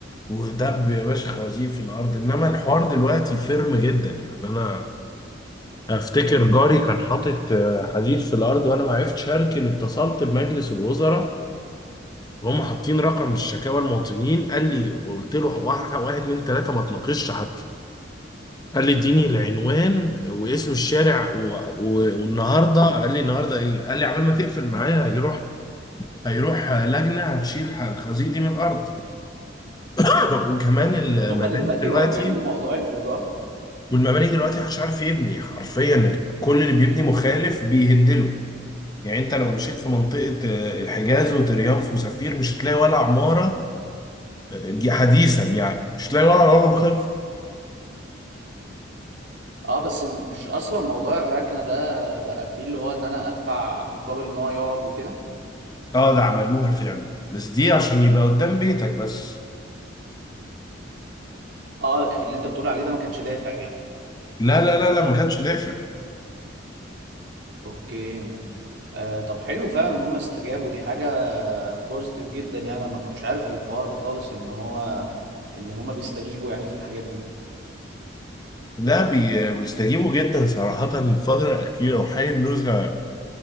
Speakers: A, on the left; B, on the right.
A: ودب يا باشا خوازيق في الارض انما الحوار دلوقتي فيرم جدا يعني انا افتكر جاري كان حاطط آه، حديد في الارض وانا ما عرفتش اركن اتصلت بمجلس الوزراء وهم حاطين رقم الشكاوى المواطنين قال لي قلت له واحد واحد اتنين تلاته ما تناقشش حتى قال لي اديني العنوان واسم الشارع و... و... والنهارده قال لي النهارده ايه قال لي عبال ما تقفل معايا هيروح هيروح لجنه هتشيل الخزيق دي من الارض <clears throat> <laughs> وكمان المباني
B: هم دلوقتي
A: دلوقتي
B: بقوا بيعملوا موضوع الايجار
A: والمباني دلوقتي محدش عارف يبني حرفيا كل اللي بيبني مخالف بيهدله يعني انت لو مشيت في منطقه آه، الحجاز وتريانف وسفير مش هتلاقي ولا عماره آه، ج- حديثا يعني مش هتلاقي ولا عماره مخالفه
B: اه بس مش اصلا موضوع الركنه ده بقى فيه اللي هو ان انا ادفع مقابل ان هو يقعد وكده
A: اه ده عملوها فعلا بس دي عشان يبقى قدام بيتك بس
B: اه لكن اللي انت بتقول عليه ده ما كانش دافع يعني
A: لا لا لا لا ما كانش دافع
B: اوكي آه طب حلو فعلا ان هم استجابوا دي حاجة بوزيتيف جدا يعني انا ما كنتش عارف الحوار ده خالص ان هو ان هم بيستجيبوا يعني في الحاجات دي
A: لا بي- بيستجيبوا جدا صراحة الفترة الأخيرة وحي النزهة